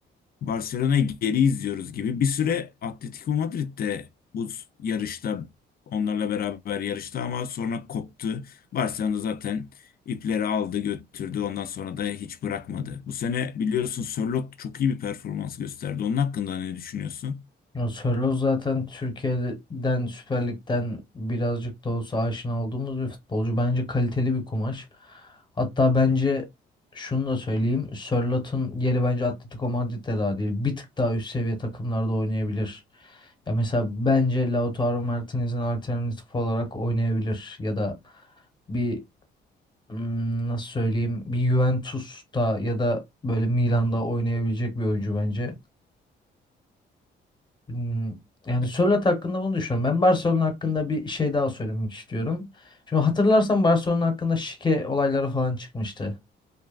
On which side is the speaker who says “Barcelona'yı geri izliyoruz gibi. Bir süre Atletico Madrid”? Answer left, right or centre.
Left